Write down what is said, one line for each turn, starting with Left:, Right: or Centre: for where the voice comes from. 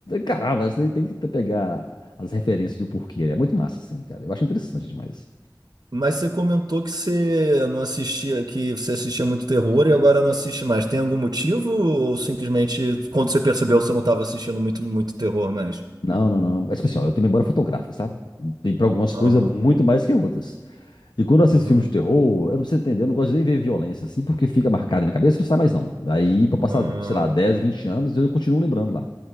Left: Caramba, você tem que pegar as referências do porquê. É muito massa, assim, cara. Eu acho interessante demais.
Right: Mas você comentou que você não assistia, que você assistia muito terror e agora não assiste mais. Tem algum motivo ou simplesmente quando você percebeu você não estava assistindo muito, muito terror mais?
Left: Não, não, não. Mas, tipo assim, ó, eu tenho memória fotográfica, sabe? Tem pra algumas
Right: Aham,
Left: coisas muito mais que outras. E quando eu assisto
Right: uhum,
Left: filmes de terror, eu não sei entender, eu não gosto nem de ver violência, assim, porque fica marcado na minha cabeça e não sai mais, não. Aí, pra passar,
Right: ah.
Left: sei lá, 10, 20 anos, eu continuo lembrando lá.